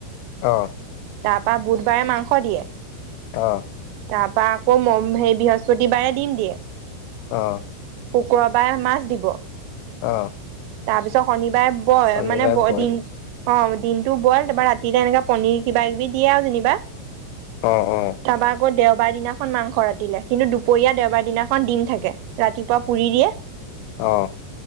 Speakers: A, on the left (about 85°); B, on the right (about 85°).
A: অ
B: তাৰ পৰা বুধবাৰে মাংস দিয়ে
A: অ
B: তাৰ পৰা আকৌ সেই বৃহস্পতিবাৰে দিম দিয়ে
A: অ
B: শুক্ৰবাৰে মাছ দিব
A: অ
B: তাৰপিছত শনিব বাৰে ব
A: শনিবাৰে
B: মানে ব
A: বইল
B: দিন অ দিন টো বইল তাৰপৰা ৰাতিলে এনেকুৱা পনীৰ কিবা কিবি দিয়ে আৰু যেনিবা
A: অ', অ',
B: তপা আকৌ দেও দেওবাৰ দিনাখন মাংস ৰাতিলে কিন্তু দুপৰীয়া দেওবাৰ দিনাখন দিম থাকে, ৰাতিপুৱা পুৰি দিয়ে
A: অহ